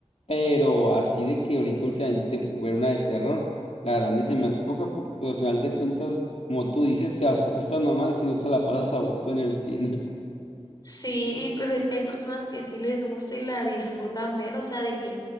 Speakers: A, on the left; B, on the left.
A: pero así de que ahorita últimamente pues, ver una de terror, la verdad ni se me antoja porque pues, al final de cuentas como tú dices, te asusta nomás si no te la pasas a gusto en el cine. <laughs>
B: Sí, y pero es que hay personas que sí les gusta y la disfrutan ver, o sea, de que,